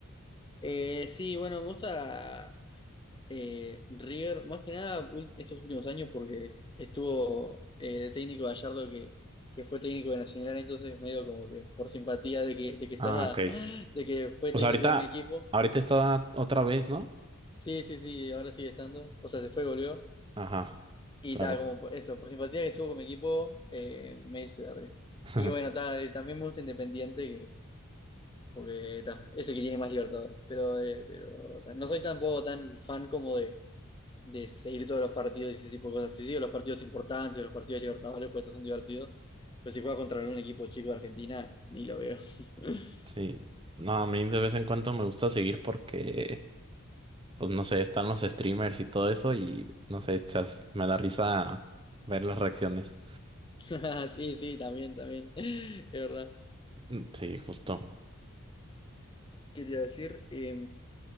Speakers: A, on the left; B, on the right.
A: Eh, sí, bueno, me gusta. Eh, River, más que nada ul- estos últimos años, porque estuvo eh, de técnico Gallardo que, que fue técnico de Nacional, entonces medio como que por simpatía de que, de que estaba,
B: Ah, ok.
A: <laughs> de que fue
B: Pues
A: técnico
B: ahorita,
A: de mi equipo.
B: ahorita está otra vez, ¿no?
A: Sí, sí, sí, ahora sigue estando. O sea, se fue, volvió.
B: Ajá,
A: Y
B: claro.
A: tal, como por- eso, por simpatía que estuvo con mi equipo, eh, me hice de River.
B: <laughs>
A: Y bueno, ta, eh, también me gusta Independiente, que, porque ta, es el que tiene más Libertadores. Pero, eh, pero ta, no soy tampoco tan fan como de de seguir todos los partidos y ese tipo de cosas. Si sigo los partidos importantes, los partidos libertadores, pues estos son divertidos. Pero si juega contra un equipo chico de Argentina, ni lo veo. <laughs>
B: Sí. No, a mí de vez en cuando me gusta seguir porque pues no sé, están los streamers y todo eso y no sé, chas, me da risa ver las reacciones.
A: Sí, sí, también, también. Es verdad.
B: Mm, Sí, justo.
A: ¿Qué te iba a decir? Eh,